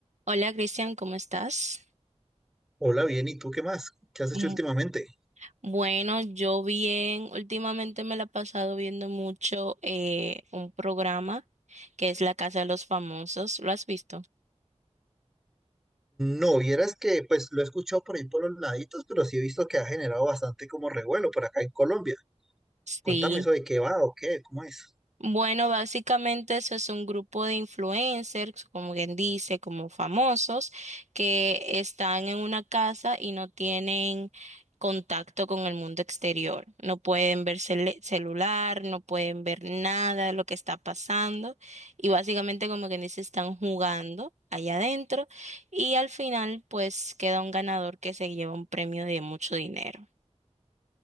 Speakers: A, on the right; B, in the centre.
A: Hola Cristian, ¿cómo estás?
B: Hola, bien, ¿y tú qué más? ¿Qué has
A: Mm,
B: hecho últimamente?
A: Bueno, yo bien, últimamente me la he pasado viendo mucho eh, un programa que es La Casa de los Famosos, ¿lo has visto?
B: No, vieras que pues lo he escuchado por ahí por los laditos, pero sí he visto que ha generado bastante como revuelo por acá en Colombia.
A: Sí.
B: Contame eso de qué va o qué, cómo es.
A: Bueno, básicamente eso es un grupo de influencers, como quien dice, como famosos, que están en una casa y no tienen contacto con el mundo exterior. No pueden ver cele- celular, no pueden ver nada de lo que está pasando y básicamente, como quien dice, están jugando allá adentro y al final, pues queda un ganador que se lleva un premio de mucho dinero.